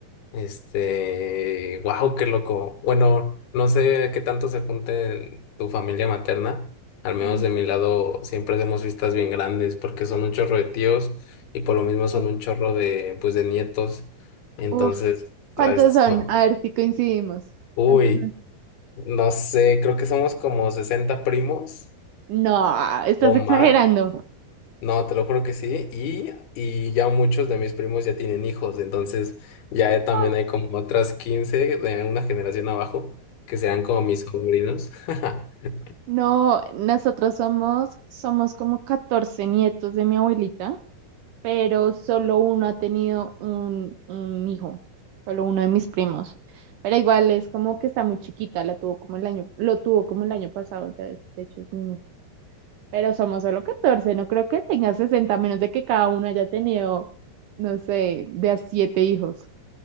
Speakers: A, on the left (about 85°); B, on the right (about 70°).
A: Este, wow, qué loco. Bueno, no sé qué tanto se junte en tu familia materna. Al menos
B: Mm,
A: de mi lado siempre hacemos fiestas bien grandes porque son un chorro de tíos y por lo mismo son
B: ah,
A: un chorro de, pues, de nietos. Entonces,
B: Uf, ¿cuántos
A: ah, es-
B: son?
A: no.
B: A ver si coincidimos.
A: uy,
B: ¿Cuántos son?
A: no sé, creo que somos como 60 primos
B: No, estás
A: o
B: exagerando.
A: más. No, te lo juro que sí. Y, y ya muchos de mis primos ya tienen hijos, entonces ya he- también
B: Ah,
A: hay como otras 15 de una generación abajo que serán como mis sobrinos. <laughs>
B: No, nosotros somos, somos como 14 nietos de mi abuelita, pero solo uno ha tenido un, un hijo, solo uno de mis primos. Pero igual es como que está muy chiquita, la tuvo como el año, lo tuvo como el año pasado, ya es- de hecho es niño. Pero somos solo 14, no creo que tenga 60 a menos de que cada uno haya tenido, no sé, de a siete hijos.